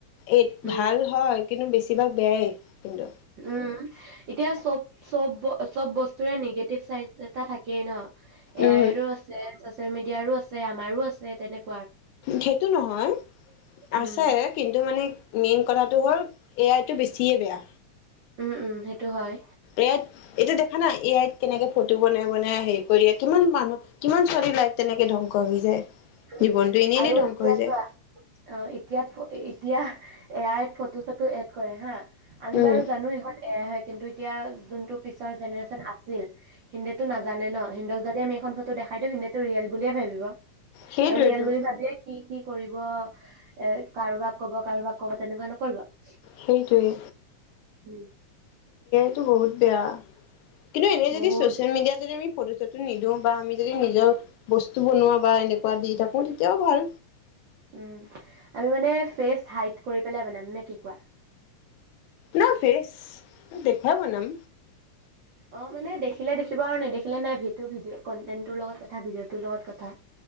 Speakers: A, on the left; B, on the right.
A: এই
B: উম
A: ভাল হয় কিন্তু বেছিভাগ বেয়াই কিন্তু
B: উম এতিয়া চব চব ব চব বস্তুৰে নিগেটিভ চাইড এটা থাকেই ন এয়াইৰো
A: উম
B: আছে চচিয়েল মিডিয়াৰো আছে, আমাৰো আছে তেনেক
A: সেইটো নহয়
B: উম
A: আছে কিন্তু মানে মেইন কথা টো হল এ আই টো বেছিয়ে বেয়া।
B: উম উম সেইটো হয়।
A: এয়াত এইটো দেখা না এ আইত কেনেকে ফটো বনাই বনাই হেৰি কৰি কিমান মানুহ কিমান ছোৱালী লাইক তেনেকে ধ্বংস হৈ যায়।
B: উম
A: জীৱনটো এনেই
B: আৰু
A: এনেই ধ্বংস
B: এতিয়া
A: হৈ যায়
B: চোৱা অ এতিয়াত ফ এতিয়া এ আইত ফটো চট টো এড কৰে হা। আমি
A: উম
B: বাৰু জানো সেইষত এয়া হয় কিন্তু এতিয়া যোনটো পিছৰ জেনেৰেশ্যন আছে হিন্দেটো নাজানে ন। সিন্দক যদি আমি এখন ফটো দেখাই দিওঁ হিন্দেটো ৰিয়েল বুলিয়ে ভাবিব।
A: সেইটোৱেতো
B: আৰু ইয়ালে বুলি ভাবিলে কি কি কৰিব এ কাৰোবাক কব কাৰোবাক কব তেনেকুৱা নকৰিব।
A: সেইটোৱেই।
B: উম।
A: টো বহুত বেয়া। কিন্তু এনেই
B: বহুত
A: যদি ছচিয়েল মিডিয়াত যদি আমি ফটো নিদিওঁ, বা আমি যদি নিজৰ বস্তু বনোৱা বা এনেকুৱা দি থাকো, তেতিয়াও ভাল।
B: উম, আমি মানে ফেচ হাইড কৰি পেলাই বনাম, নে কি কোৱা?
A: না ফেচ, দেখুৱাই বনাম।
B: অ মানে দেখিলে দেখিব আৰু নাই দেখিলে নাই সেইটো ভিডিঅ কন্টেন টোৰ লগত কথা। ভিডিঅ'টোৰ লগত কথা।